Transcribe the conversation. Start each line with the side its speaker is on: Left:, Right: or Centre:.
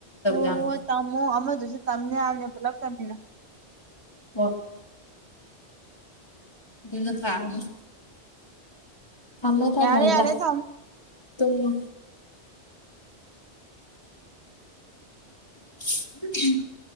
Right: ꯑꯣ
Left: ꯌꯥꯝ
Right: ꯍꯣꯏ ꯇꯝꯃꯣ ꯑꯃꯗꯨꯁꯨ ꯇꯝꯅꯤ ꯍꯥꯏꯕꯅꯦ ꯄꯨꯂꯞ ꯇꯝꯃꯤꯟꯅꯧ
Left: <unintelligible> ꯑꯗꯨꯅ ꯐꯔꯅꯤ ꯊꯝꯃꯣ ꯊꯝꯃꯣ
Right: ꯌꯥꯔꯦ
Left: ꯏꯇꯥ
Right: ꯌꯥꯔꯦ ꯊꯝꯃꯣ
Left: ꯇꯨꯝꯃꯣ <unintelligible> <inaudible>